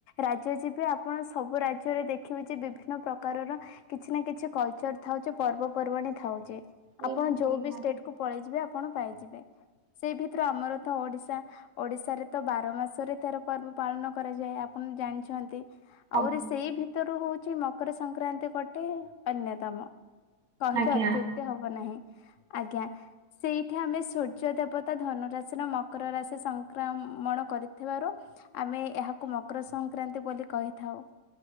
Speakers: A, on the left; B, on the right.
A: ରାଜ୍ୟ ଯି ଆପଣ ସବୁ ରାଜ୍ୟରେ ଦେଖିବେ ଯେ ବିଭିନ୍ନ ପ୍ରକାରର କିଛି ନା କିଛି କଲ୍‌ଚର୍ ଥାଉ ପର୍ବ କୁ ପର୍ବାଣି ଖାଉଛି।
B: ନିହାତି
A: ଆପଣ ଯୋଉ
B: ନିହାତି
A: ବି ଷ୍ଟେଟ କୁ ପଳେଇଯିବେ ଆପଣ ପାଇଯିବେ ସେଇ ଭିତରୁ ଆମର ତ ଓଡିଶ୍ ତା ଓଡ଼ିଶାରେ ତ ବାର ମାସରେ ତେର ପର୍ବ ପାଳନ କରାଯାଏ ଆପଣ ଜାଣିଛନ୍ତି। ଆହୁରି
B: ଆଜ୍ଞା
A: ସେଇ ଭିତରୁ ହେଉଛି ମକର ସଂକ୍ରାନ୍ତି ଗୋଟେ ଅନ୍ୟତମ। କହିଲେ
B: ଆଜ୍ଞା
A: ଅତ୍ୟୁକ୍ତି ହବ ନାହିଁ। ଆଜ୍ଞା ସେଇଠି ଆମେ ସୂର୍ଯ୍ୟ ଦେବତା ଧନୁ ରାଶିର ମକର ରାଶି ସଂକ୍ରାମ୍ ମଣ କରିଥିବାରୁ ଆମେ ଏହାକୁ ମକର ସଂକ୍ରାନ୍ତି ବୋଲି କହିଥାଉ